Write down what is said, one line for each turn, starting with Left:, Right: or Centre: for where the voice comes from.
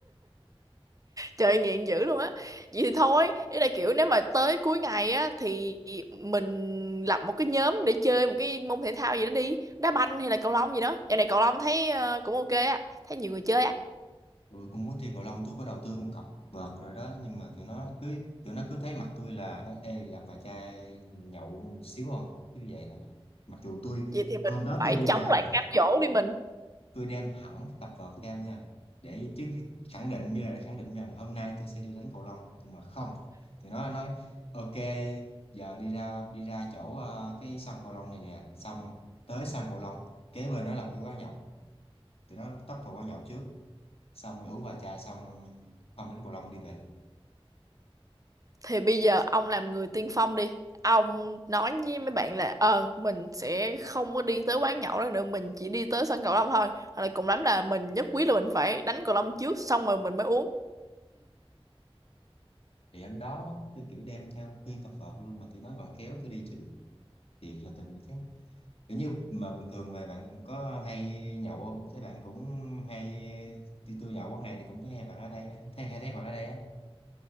Right: Trời nghiện dữ luôn á. Vậy thì thôi, ý là kiểu nếu mà tới cuối ngày á thì mình lập một cái nhóm để chơi một cái môn thể thao gì đó đi, đá banh hay là cầu lông gì đó. Giờ này cầu lông thấy ờ, cũng ok á, thấy nhiều người chơi á.
Left: tôi cũng muốn chơi cầu lông tôi có đầu tư một cọc vợt rồi đó nhưng mà tụi nó cứ tụi nó cứ thấy mặt tôi là nó ê làm vài chai nhậu xíu không cứ vậy thôi mặc dù tôi
Right: Vậy thì
Left: hôm
Right: mình
Left: đó
Right: phải
Left: tôi đi
Right: chống
Left: làm
Right: lại cám dỗ đi mình.
Left: tôi đem hẳn cái cặp vợt theo nha để chứ khẳng định như là khẳng định rằng hôm nay tôi sẽ đi đánh cầu lông nhưng mà không thì nó nói ok giờ đi ra đi ra chỗ ờ, cái sân cầu lông này nè xong tới sân cầu lông kế bên nó là cái quán nhậu tụi nó tấp vào quán nhậu trước xong rồi uống vài chai xong không đến cầu lông đi về
Right: Thì bây giờ ông làm người tiên phong đi. Ông nói với mấy bạn là ờ mình sẽ không có đi tới quán nhậu đó nữa, mình chỉ đi tới sân cầu lông thôi. Hoặc là cùng lắm là mình nhất quyết là mình phải đánh cầu lông trước xong rồi mình mới uống.
Left: thì hôm đó đó tôi kiểu đem theo nguyên cặp vợt luôn mà tụi nó vẫn kéo tôi đi chưa được thiệt là tình chứ kiểu như mà bình thường vậy bạn có hay nhậu không thấy bạn cũng hay đi tôi nhậu quán này thì cũng thấy hai bạn ở đây á thấy hay thấy bạn ở đây á